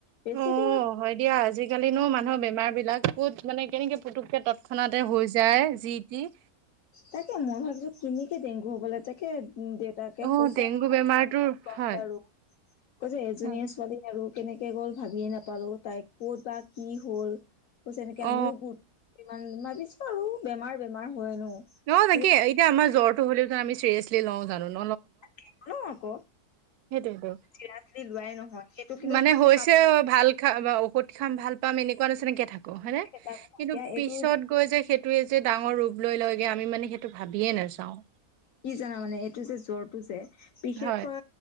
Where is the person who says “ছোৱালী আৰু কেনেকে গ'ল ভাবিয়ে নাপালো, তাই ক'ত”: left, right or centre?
Left